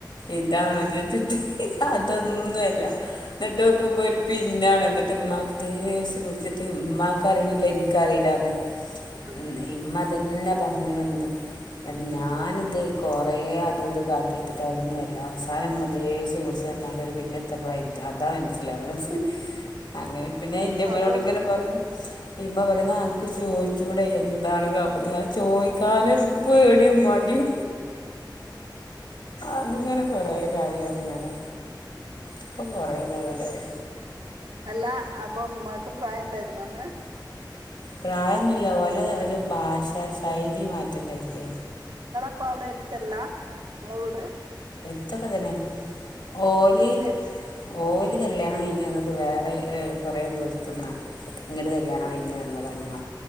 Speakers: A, on the left; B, on the right.
A: ഇതാണോ ചോച്ചിട്ട് ഹ് ഹെ അതൊന്നുംല്ല എന്നിട്ടൊക്കുമ്പോ ഒരു പിന്നാണ് എന്നിട്ട് ഉമ്മാക്ക് ദേഷം പിടിച്ചിട്ട് ഉമ്മാക്കറിയിണില്ല എനിക്കറിയിലാന്ന്
B: ഉം
A: ഉ ഇമ്മതന്നെ പറഞ്ഞു വന്ന് അത് ഞാനിത് കൊറേ അതുംത് കാത്തികൊടുത്തിട്ട് അതൊന്നുല്ല അവസാനം മ്മദേഷ്യം പിടിച് വന്നാണ്ടൊരു പിന്നെത്തപ്പോഇത് അതാ മനസ്സിലാവണത് അങ്ങനെ പിന്നെ എന്റെമ്മനോട്
B: അപ്പൊ
A: ഇങ്ങനെ പറയും മ്മ പറയാ ന്നനക്ക് ചോദിച്ചു ചൂടെ എന്താണ് കാപ്പത്തി ചോയിക്കാനൊരു പേടിയും മടിയു അങ്ങനെ
B: ഉം
A: കൊറേ കാര്യ അങ്ങനെ ഇപ്പൊ കൊറേ ലെവലായി
B: അല്ലാ അപ്പൊ ഉമ്മാക്ക് പ്രായം ഇണ്ടായിരുന്നോ ന്നന്ന്
A: പ്രായൊന്നുല്ല ഓലെ ഒരു ഭാഷാശൈലി മാറ്റണ്ടായിറ്റേ
B: ഇപ്പൊ അവിടെ എരുത്തല്ലാ ങ്ങളെ വീട്
A: ഇതൊക്കെതന്നെ ഓലി
B: പക്ഷെ
A: ഓല് കല്യാണം കഴിഞ്ഞ വന്നത് വേറെ ഇ കുറേ ദൂരത്ത്ന്നാ ഇങ്ങട്‌ കല്യാണം
B: ആ
A: കഴിഞ്ഞ് വന്നതാമ്മ